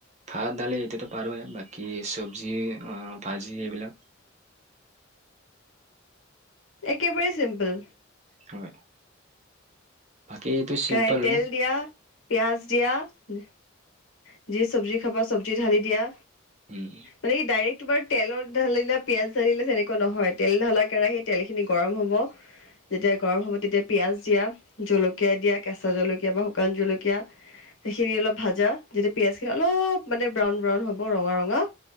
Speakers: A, on the right (about 35°); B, on the left (about 85°).
A: ভাত, দালি এইটোতো পাৰোৱেই, বাকী চব্জি অ', ভাজি এইবিলাক',
B: একেবাৰে চিম্পল',
A: হয়', বাকী এইটো', চিম্পল
B: কেৰাহীত তেল দিয়া, পিঁয়াজ দিয়া, উম', যি চব্জি খাবা, চব্জি ঢালি দিয়া',
A: উম',
B: মানে কি ডাইৰেক্ট তোমাৰ তেলত ঢালিলা, পিঁয়াজ ঢালিলে তেনেকুৱা নহয়, তেল ধালা কেৰাহী, তেলখিনি ঘঁহি', গৰম হ'ব', যেতিয়া গৰম হ'ব তেতিয়া পিঁয়াজ দিয়া, জলকীয়া দিয়া, কেঁচা জলকীয়া বা শুকান জলকীয়া', সেইখিনি অলপ ভাজা, যেতিয়া পিঁয়াজ খিনি অলপ মানে ব্ৰাউন - ব্ৰাউন হ'ব, ৰঙা - ৰঙা',